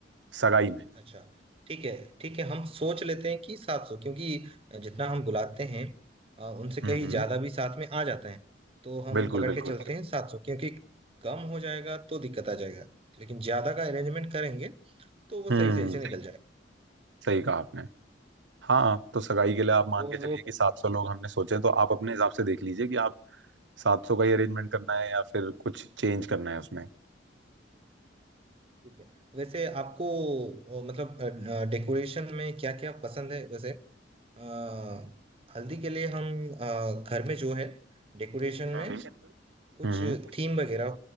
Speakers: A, on the right (about 75°); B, on the right (about 30°).
A: सगाई में
B: अच्छा ठीक है ठीक है हम सोच लेते हैं कि सात सौ क्योंकि जितना हम बुलाते हैं अ, उनसे कहीं
A: हम्म हम्म
B: ज्यादा भी साथ में आ जाते हैं तो हम
A: बिल्कुल
B: पकड़
A: बिल्कुल
B: के चलते हैं सात सौ क्योंकि कम हो जाएगा तो दिक्कत आ जाएगा लेकिन ज्यादा का अरेंजमेंट करेंगे तो वो
A: हम्म
B: सही सही से निकल जाएगा
A: सही कहा आपने हाँ तो सगाई के लिए आप मान
B: और
A: के चलिए कि 700 लोग हमने सोचे हैं, तो आप अपने हिसाब से देख लीजिए कि आप 700 का ही अरेंजमेंट करना है या फिर कुछ चेंज करना है उसमें
B: ठीक है वैसे आपको अ, मतलब डेकोरेशन में क्या क्या पसंद है वैसे अ, हल्दी के लिए हम अ, घर में जो है डेकोरेशन
A: हम्म
B: में कुछ
A: हम्म
B: थीम वगैरह